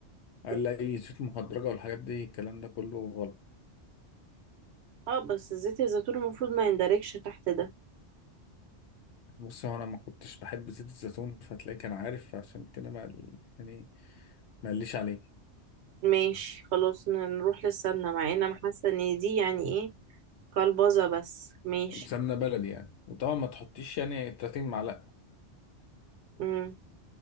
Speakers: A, on the left; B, on the right.
A: قال
B: و-
A: لي اي زيوت مهدرجه والحاجات دي الكلام ده كله غلط
B: اه بس زيت الزيتون المفروض ما يندرجش تحت ده
A: بص هو انا ما كنتش بحب زيت الزيتون فتلاقيه كان عارف عشان كده ما يعني ما قاليش عليه
B: ماشي خلاص ن- نروح للسمنة مع ان انا حاسة ان دي يعني ايه كلبظة بس ماشي
A: سمنه بلدي يعني وطبعا ما تحطيش يعني 30 معلقه
B: امم